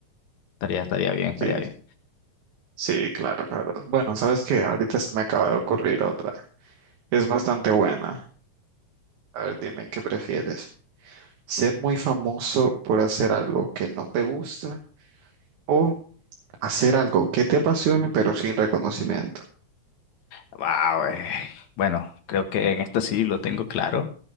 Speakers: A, on the left; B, on the right.
A: Estaría, estaría bien, estaría
B: Sí,
A: bien.
B: sí, claro, claro. Bueno, sabes que ahorita se me acaba de ocurrir otra. Es bastante buena. A ver, dime, ¿qué prefieres? ¿Ser muy famoso por hacer algo que no te gusta o hacer algo que te apasione pero sin reconocimiento?
A: Wow, eh, Bueno, creo que en esta sí lo tengo claro.